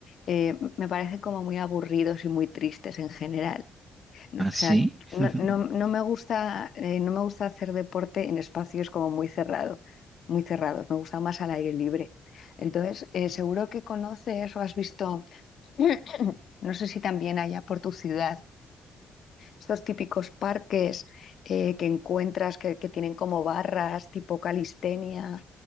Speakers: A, on the left (about 60°); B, on the right (about 25°).
A: eh, me parecen como muy aburridos y muy tristes en general. O
B: ¿Ah,
A: sea,
B: sí? <laughs>
A: no, no- no me gusta, eh, no me gusta hacer deporte en espacios como muy cerrado, muy cerrados. Me gusta más al aire libre. Entonces, eh, seguro que conoces o has visto, <clears throat> no sé si también allá por tu ciudad, estos típicos parques eh, que encuentras que, que tienen como barras tipo calistenia.